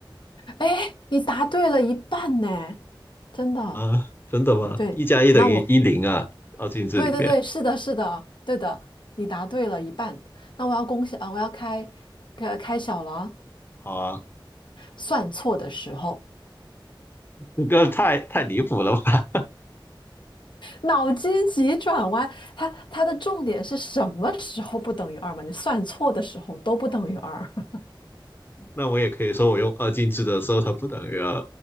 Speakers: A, on the left; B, on the left.
A: 哎，你答对了一半呢，真的，
B: 啊，真的吗？
A: 对，
B: 一加一等于一零啊，
A: 那我，
B: 二进制里边。
A: 对对对，是的，是的，对的，你答对了一半，那我要恭喜啊，我要开开开小了啊，
B: 好啊，
A: 算错的时候。
B: 这个太太离谱了吧？
A: 脑筋急转弯，它它的重点是什么时候不等于二嘛？你算错的时候都不等于二。<laughs>
B: <laughs> 那我也可以说，我用二进制的时候，它不等于二；